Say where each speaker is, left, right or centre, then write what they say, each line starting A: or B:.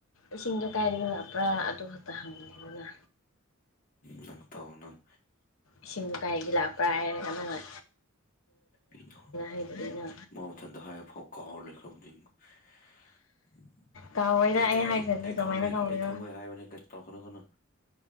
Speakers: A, on the left; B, on the left.
A: ꯏꯁꯤꯡꯗꯣ ꯀꯥꯏꯗꯒꯤ ꯂꯥꯛꯄ꯭ꯔꯥ ꯑꯗꯨ ꯇ ꯍꯪꯂꯤꯅꯤꯅ
B: ꯅꯪ ꯇꯧꯅꯪ
A: ꯏꯁꯤꯡꯗꯨꯣ ꯀꯩꯒꯤ ꯂꯥꯛꯄ꯭ꯔꯥ ꯍꯥꯏꯔꯒ ꯅꯪꯉ
B: ꯄꯣ
A: ꯍꯥꯏꯗꯨꯗꯤꯅ
B: ꯃꯥ ꯃꯊꯟꯇ ꯍꯥꯏꯔꯐꯥꯎ ꯀꯥꯎꯔ ꯂꯩꯈ꯭ꯔꯕꯅꯤꯅ <inaudible>
A: ꯀꯥꯎꯔꯣꯏꯗ
B: ꯍꯔ ꯀꯩ ꯑꯩ
A: ꯍꯥꯏꯈ꯭ꯔꯗꯤ
B: ꯑꯩ
A: ꯀꯃꯥꯏꯅ
B: ꯈꯪꯕꯩ
A: ꯀꯥꯎꯒꯦꯔꯣ
B: ꯑꯩ ꯈꯪꯕꯩ ꯍꯥꯏꯕꯅꯤ ꯇ ꯀꯩꯅꯣ ꯀꯩꯅꯣ